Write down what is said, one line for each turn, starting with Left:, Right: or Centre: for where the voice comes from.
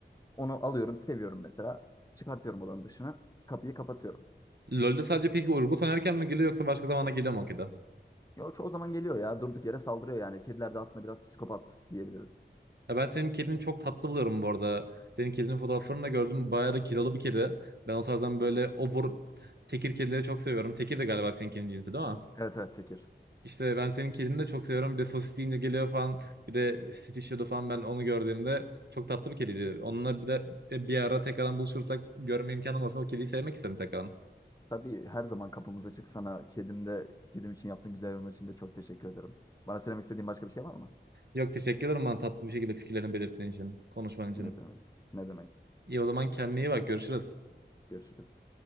Left: Onu alıyorum, seviyorum mesela. Çıkartıyorum odanın dışına. Kapıyı kapatıyorum.
Right: LoL'de sadece peki Urgot oynarken mi geliyor yoksa başka zamana geliyor mu o kedi?
Left: Ya o çoğu zaman geliyor ya. Durduk yere saldırıyor yani. Kediler de aslında biraz psikopat diyebiliriz.
Right: Ya ben senin kedini çok tatlı buluyorum bu arada. Senin kedinin fotoğraflarını da gördüm. Bayağı da kilolu bir kedi. Ben o tarzdan böyle obur tekir kedileri çok seviyorum. Tekir de galiba senin kedinin cinsi değil mi?
Left: Evet evet Tekir.
Right: İşte ben senin kedini de çok seviyorum. Bir de sosis deyince geliyor falan. Bir de Stitcher'da falan ben onu gördüğümde çok tatlı bir kediydi. Onunla bir de e, bir ara tekrardan buluşursak görme imkanım olsa o kediyi sevmek isterim tekrardan.
Left: Tabii her zaman kapımız açık sana. Kedim de, kedim için yaptığın güzel yorumlar için de çok teşekkür ederim. Bana söylemek istediğin başka bir şey var mı?
Right: Yok teşekkür ederim bana tatlı bir şekilde fikirlerini belirttiğin için, konuşman için.
Left: Ne demek? Ne demek?
Right: İyi o zaman kendine iyi bak görüşürüz.
Left: Görüşürüz.